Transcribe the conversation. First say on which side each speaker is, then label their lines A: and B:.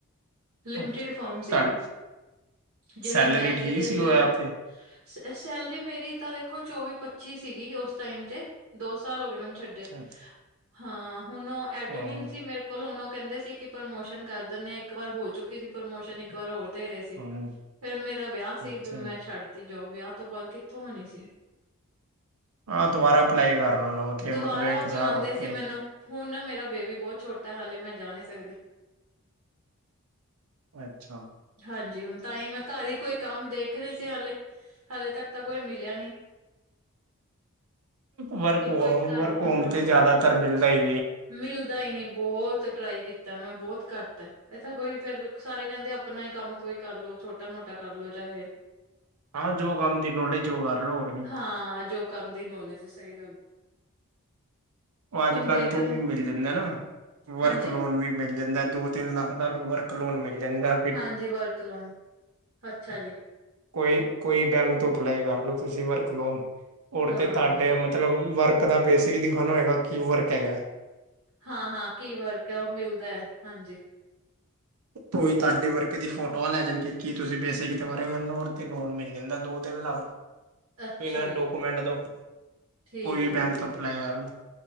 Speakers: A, on the right; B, on the right.
A: ਲਿਮਟਿਡ
B: ਅੱਛਾ
A: ਫਰਮ ਸੀਗੀ
B: ਤੁਹਾਡੀ
A: ਓ। ਜਿਹੜੀ
B: ਸੈਲਰੀ
A: ਮੈਂ ਜਿਹਦੇ
B: ਠੀਕ ਸੀ
A: ਚ
B: ਉਹ ਐਪ ਤੇ
A: ਸੈ ਸੈਲਰੀ ਮੇਰੀ ਤਾਂ ਦੇਖੋ ਚੌਵੀ ਪੱਚੀ ਸੀਗੀ ਓਸ ਟਾਈਮ ਤੇ। ਦੋ ਸਾਲ ਹੋ ਗਏ ਮੈਨੂੰ ਛੱਡੇ,
B: ਅੱਛਾ
A: ਹਾਂ! ਹੁਣ ਉਹ ਐਡਮਿਨ
B: ਹਾਂ
A: ਸੀ ਮੇਰੇ, ਕੁਲ ਉਹਨੂੰ ਕਹਿੰਦੇ ਸੀ ਕਿ ਪ੍ਰਮੋਸ਼ਨ ਕਰ ਦਿੰਨੇ ਆ ਇੱਕ ਵਾਰ ਹੋ ਚੁੱਕੀ ਸੀ ਪ੍ਰਮੋਸ਼ਨ ਇ ਕ ਵਾਰ ਹੋਰ ਦੇ ਰਹੇ ਸੀ।
B: ਹਾਂ
A: ਫਿਰ ਮੇਰਾ ਵਿਆਹ ਸੀ
B: ਅੱਛਾ
A: ਫਿਰ ਮੈਂ
B: ਜੀ।
A: ਛੱਡ ਤ ਜੋਬ ਵਿਆਹ ਤੋਂ ਬਾਅਦ ਕਿੱਥੋਂ ਹੋਣੀ ਸੀ।
B: ਆਂ ਦੁਬਾਰਾ ਅਪਲਾਈ ਕਰਲ ਲਓ ਤੇ
A: ਦੁਬਾਰਾ
B: ਮਤਲਬ
A: ਉਹ
B: ਇੱਕ
A: ਬੁਲਾਉਂਦੇ
B: ਸਾਲ ਰੋਕ
A: ਸੀ
B: ਕੇ,
A: ਮੈਨੂੰ ਹੁਣ ਮੇਰਾ ਬੇਬੀ ਬਹੁਤ ਛੋਟਾ ਐ ਹਾਲੇ ਮੈਂ ਜਾ ਨੀ ਸਕਦੀ।
B: ਅੱਛਾ
A: ਹਾਂਜੀ ਹੁਣ ਤਾਂਹੀ ਮੈਂ ਘਰ ਹੀ ਕੋਈ ਕੰਮ ਦੇਖ ਰਹੇ ਸੀ ਹਾਲੇ। ਹਾਲੇ ਤੱਕ ਤਾਂ ਕੋਈ ਮਿਲਿਆ ਨਈ।
B: ਵਰਕ
A: ਕਿ
B: ਵੋਮ
A: ਕੋਈ ਘਰ
B: ਵਰਕ
A: ਏ।
B: ਹੌਮ
A: ਹਾਂ
B: ਤੇ ਜਿਆਦਾਤਰ ਮਿਲਦਾ ਈ
A: ਮਿਲਦਾ ਹੀ ਨਈ ਬੌਤ ਟਰਾਈ ਕੀਤ ਤਾਂ ਮੈਂ ਬੋਤ ਘੱਟ ਹੈ ਇੱਥੇ ਕੋਈ ਫੇਰ ਸਾਰੇ ਕਹਿੰਦੇ ਆਪਣਾ ਹੀ ਕੰਮ ਕੋਈ ਕਰਲੋ ਛੋਟਾ ਮੋਟਾ ਕਰਲੋ ਚਾਹੇ।
B: ਹਾਂ ਜੋ ਕੰਮ ਦੀ ਨੋਲੇਜ ਔ ਕਰ ਲੋ ਹੋਰ ਕੀ।
A: ਹਾਂ ਜੋ। ਕੰਮ ਦੀ ਨੌਲੇਜ ਸਹੀ ਗੱਲ।
B: ਔ ਅੱਜ
A: ਹੁਣ
B: ਕੱਲ੍ਹ
A: ਦੇਖਦੇ
B: ਤੋਂ ਔ
A: ਹਾਂ।
B: ਮਿਲ ਜਾਂਦੈ ਨਾ, ਵਰਕ
A: ਹਾਂਜੀ
B: ਲੋਨ ਵੀ ਮਿਲ ਜਾਂਦਾ ਐ। ਦੋ ਤਿੰਨ ਲੱਖ ਦਾ ਵਰਕ ਲੋਨ ਮਿਲ ਜਾਂਦਾ ਐ।
A: ਹਾਂਜੀ ਵਰਕ ਲੋਨ ਅੱਛਾ ਜੀ।
B: ਕੋਈ ਕੋਈ ਬੈਂਕ ਤੋਂ ਅਪਲਾਈ ਕਰ ਲਓ ਤੁਸੀ ਵਰਕ ਲੋਨ ਔਰ
A: ਹਾਂ
B: ਤੇ ਤੁਹਾਡੇ ਮਤਲਬ ਵਰਕ ਦਾ ਬੇਸਿਕ ਦਿਖਾਉਣਾ ਹੈਗਾ ਕੀ ਵਰਕ ਹੈਗਾ ਐ।
A: ਹਾਂ ਹਾਂ ਕੀ ਵਰਕ ਹੈ ਓਹ ਮਿਲਦਾ ਹੈ ਹਾਂਜੀ।
B: ਕੋਈ ਤੁਹਾਡੇ ਵਰਕ ਦੀ ਫੋਟੋਆਂ ਲੈ ਜਾਣਗੇ ਕੀ ਤੁਸੀ ਬੇਸਿਕ ਦੋਬਾਰਾ ਕਰ ਲਓ ਤੇ ਲੋਨ ਮਿਲ ਜਾਂਦਾ ਦੋ ਤਿਨ ਲੱਖ ਦਾ।
A: ਅੱਛਾ
B: ਬਿਨਾਂ
A: ਜੀ
B: ਡੋਕੂਮੈਂਟ ਤੋਂ
A: ਠੀਕ
B: ਕੋਈ ਵੀ
A: ਹੈ
B: ਬੈਂਕ
A: ਠੀਕ ਹੈ
B: ਤੋਂ ਅਪਲਾਈ
A: ਠੀਕ
B: ਅਰਨ